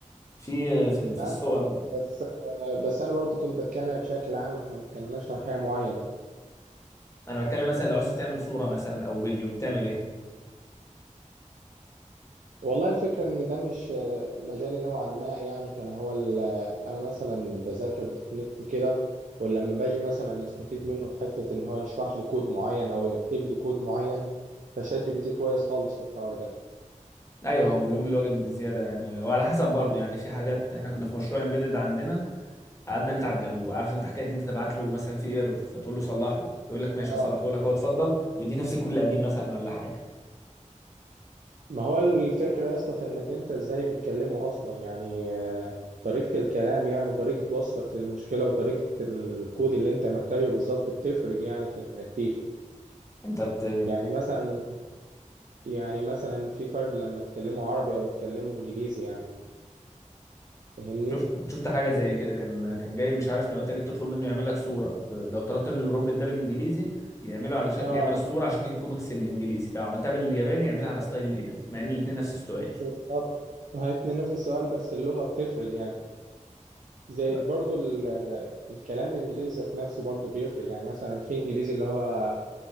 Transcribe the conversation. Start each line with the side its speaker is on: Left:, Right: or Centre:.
Left: في في ال- في
Right: أنا
Left: الصور
Right: فاهمك بس آه، بس أنا برضو كنت بتكلم بشكل عام احنا ما اتكلمناش عن حاجة معينة
Left: انا بتكلم مثلا لو عايز تعمل صورة مثلا او فيديو بتعمل ايه
Right: والله الفكرة إن ده مش آه، مجالي نوعا ما يعني فأنا هو ال- آه، أنا مثلا بذاكر دوت نت كده ولما باجي مثلا أستفيد منه في حتة إن هو يشرح لي كود معين أو يكتب لي كود معين فشات جي بي تي كويس خالص في الحوار ده
Left: ايوه هو بيقوم بالواجب بزياده يعني وعلى حسب برضه يعني في حاجات احنا كنا في مشروع امبيدد عندنا قعدنا نتعب جنبه بقى عارف انت حكايه ان انت تبعت له مثلا في ايرور فتقول له صلحه يقول لك ماشي
Right: اه
Left: هصلحته لك هو اتفضل ويديك نفس الكود القديم مثلا ولا حاجه
Right: ما هو الفكرة يا اسطى في انك انت ازاي بتكلمه اصلا يعني آه، طريقة الكلام يعني وطريقة وصفك للمشكلة وطريقة الكود اللي انت محتاجه بالظبط بتفرق يعني في النتيجة
Left: انت بت...
Right: يعني مثلا يعني مثلا في فرق لما تكلمه عربي او تكلمه انجليزي يعني فاهمني؟
Left: شفت كنت شفت حاجه زي كده كان كان جايب مش عارف لو انت جيت تطلب منه يعمل لك صوره لو طلبت من البرومبت ده بالانجليزي يعمله على شكل
Right: اه
Left: يعمل الصوره على شكل الكوميكس الانجليزي لو عملتها بالياباني يعملها على ستايل الانمي مع ان الاثنين نفس السؤال
Right: بالظبط هاتني نفس السؤال بس اللغة بتفرق يعني زائد
Left: طب-
Right: برضو ال- الكلام الانجليزي ذات نفسه برضو بيفرق يعني مثلا في انجليزي اللي هو